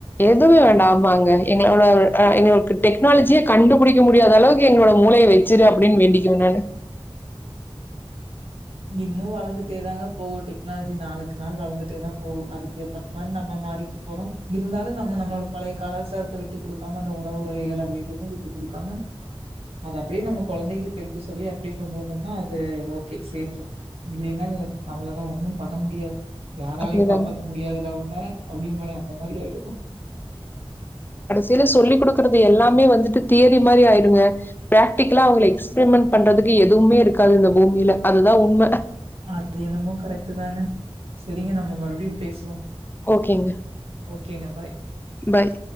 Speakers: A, on the left; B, on the right.
A: எதுமே வேண்டா ஆமாங்க எங்களோட ஆஹ் எங்களுக்கு டெக்னாலஜியே கண்டுபுடிக்க முடியாத அளவுக்கு எங்களோட மூளைய வெச்சுரு அப்டின்னு வேண்டிக்குவ நானு
B: இன்னு வள வளந்துட்டே தாங்க போகு டெக்னாலஜி நாளுக்கு நாள் வளந்துட்டே தா போகு அதுக்கேத்த மாரி நம்ம மாறிக்க போறோ இருந்தாலு நம்ம நம்மளோட பழைய கலாச்சாரத்த விட்டு குடுக்காம அந்த உணவு வகைகள் அது எதுமே விட்டுக் குடுக்காம அதப்டியே நம்ம கொழந்தைகளுக்கு எடுத்து சொல்லி அப்டி கொண்டு வந்தோம்னா அது ஓகே சேஃபு இல்லைன்னா அவளதா ஒண்ணும் பண்ண முடியாத் யாராலையு
A: அதேதாங்க.
B: காப்பாத்த முடியாதுடா உண்ண அப்டி மானே அந்த மாரி ஆய்
A: சில சொல்லி குடுக்கறது எல்லாமே வந்துட்டு தியரி மாரி ஆயிடுங்க பிராக்டிகலா அவுங்கள எக்ஸ்பிரிமெண்ட் பண்றதுக் எதுவுமே இருக்காது இந்த பூமில அதுதா உண்ம
B: அது என்னமோ கரெக்ட்டு தாங்க சரிங்க நம்ம மறுவுடியு பேசுவோ
A: ஓகேங்க
B: ஓகேங்க பாய்
A: பாய்